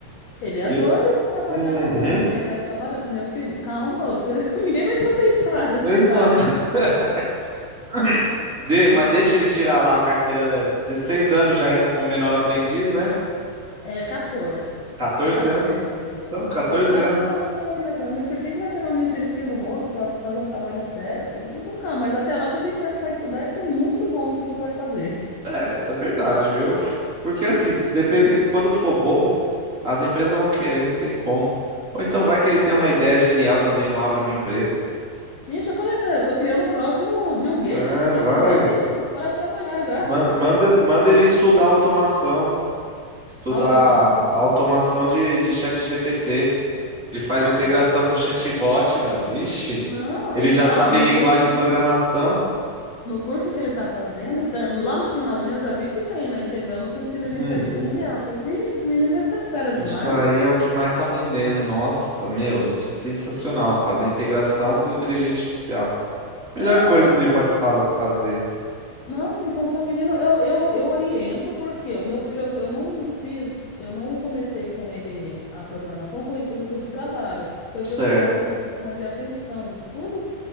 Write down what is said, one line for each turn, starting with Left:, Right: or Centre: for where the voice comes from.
Left: Ele é
Right: Eu.
Left: doido pra trabalhar.
Right: Uhum,
Left: Eu falo, mãe, eu quero trabalhar. Eu falo, meu filho, calma. Eu falo, <laughs> Ninguém vai te aceitar dessa
Right: exato.
Left: idade.
Right: <coughs> <clears throat> De-
Left: Menino
Right: mas deixa ele tirar lá a carteira dela. 16 anos já entra como menor aprendiz, né?
Left: É 14.
Right: 14
Left: É 14.
Right: anos.
Left: É 14.
Right: Então, 14
Left: Só que é o
Right: anos.
Left: que eu falo pra ele, né? eu falo, meu filho, quem que vai pegar o menino cheio de espinha no rosto pra fazer um trabalho sério? Eu falei, vamos com calma, mas até lá você tem tempo pra estudar e ser muito bom no que você vai fazer.
Right: É, isso é verdade, viu? Porque
Left: Hum.
Right: assim, se depender, quando for bom, as empresas vão querer, não tem como. Ou então vai que ele tem uma ideia genial também, não abre uma empresa.
Left: Ixi, eu falei, falei, eu tô criando o próximo Bill Gates
Right: É,
Left: aqui,
Right: vai.
Left: né? Vai que para trabalhar já.
Right: Man- Manda, manda ele estudar automação, estudar
Left: Automação.
Right: a automação de, de ChatGPT. Ele faz
Left: Ah,
Right: integração com o chatbot, meu. Ixi,
Left: não,
Right: ele
Left: ele
Right: já
Left: tá
Right: sabe
Left: no
Right: linguagem
Left: cursinho,
Right: de programação.
Left: no curso que ele tá fazendo, tem- lá no finalzinho eu já vi que tem, né? Integrando com inteligência
Right: Uhum.
Left: artificial. Eu Falei, vixe, esse menino vai ser fera
Right: Isso
Left: demais.
Right: aí é o que mais tá vendendo. Nossa, meu, isso é sensacional. Fazer integração com inteligência artificial. Melhor
Left: Não,
Right: coisa
Left: é mas.
Right: que ele pode fala- fazer.
Left: Não, sim, com o seu menino eu, eu, eu oriento porque o meu filho eu, eu não fiz, eu não comecei com ele a programação com o intuito de trabalho. Foi
Right: Certo.
Left: porque ele estava com problema de atenção. Tudo,